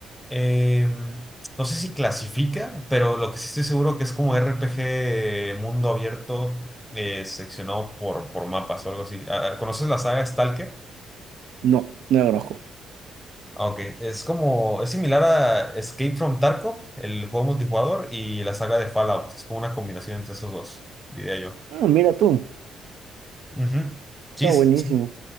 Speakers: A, in the centre; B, on the right.
A: eh, no sé si clasifica, pero lo que sí estoy seguro que es como R P G mundo abierto eh, seccionado por, por mapas o algo así. Ah, ah, ¿Conoces la saga Stalker?
B: No, no lo conozco.
A: Ah, ok. Es como, es similar a Escape from Tarkov, el juego multijugador, y la saga de Fallout. Es como una combinación entre esos dos, diría yo.
B: Ah, mira tú,
A: Ujú.
B: está
A: Sí,
B: buenísimo,
A: Son